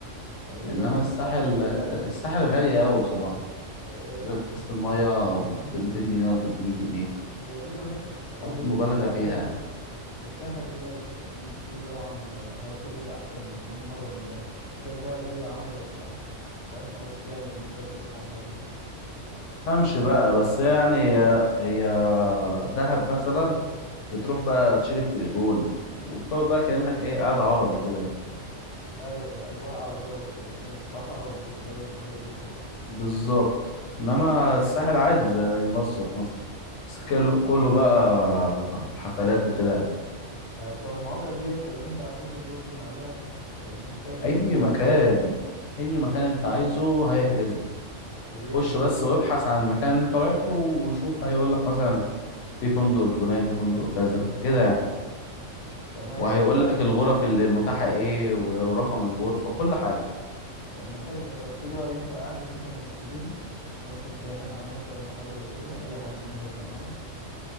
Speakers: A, on the left; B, on the left.
A: طب هي
B: انما
A: ايه المميز
B: الساحل
A: في
B: آه،
A: دهب
B: الساحل غالي قوي بصراحه
A: هي هي
B: ازازه الميه ب 200 جنيه ولا 300 جنيه
A: هي الفكره الناس رشحوا
B: حط
A: لي
B: مبالغه
A: الساحل
B: فيها
A: الساحل بيقول لك في في طبعا حاجات كتير احسن مليون مره من ده يقول لك دهب دي عامله زي الصحراء ما فيهاش حاجات كتير يعني اللي انت تروح عشان
B: فهمش بقى بس يعني هي هي دهب مثلا بتروح بقى تشيل التليفون وبتقعد بقى كأنك ايه قاعد عربي كده
A: ايوه ايوه اجواء عربيه وساكنين في صحراء وبتش باجي والحاجات دي وخلاص
B: بالظبط انما الساحل عادي زي المصيف مثلا بس كله كله بقى حفلات وكده
A: أيوة. طب المواقع ديت ينفع تعكس برضو من عليها آه، ان انت تعكس
B: اي
A: الغرفه
B: مكان
A: أو-
B: اي مكان
A: اه
B: انت عايزه هيحجز لك
A: بيحجز
B: خش بس
A: يعني
B: وابحث عن المكان اللي انت رايحه وشوف هيقول لك مثلا في فندق الفلاني فندق كذا كده يعني
A: تمام
B: وهيقول لك الغرف اللي متاحة ايه و- ورقم الغرفة وكل حاجة
A: طب ما حلو ده طب في بقى ينفع احجز مثلا مرشدين مرشد سياحي معايا مثلا او حاجه زي كده اي حد مثلا يبقى معايا